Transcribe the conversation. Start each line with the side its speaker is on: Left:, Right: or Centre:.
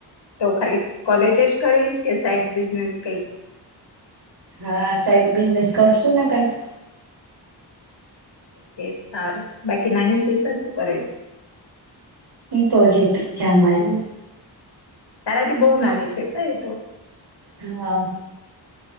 Left: તો ખાલી કોલેજ જ કરીશ, કે સાઈડ બિઝનેસ કંઈક?
Right: હા સાઈડ બિઝનેસ કરશો ને કઈક?
Left: ઓકે સારું બાકી નાની સિસ્ટર શું કરે છે?
Right: તોજ એક જામ આઈ.
Left: તારાથી બહુ નાની છે, કઈ તો.
Right: હા.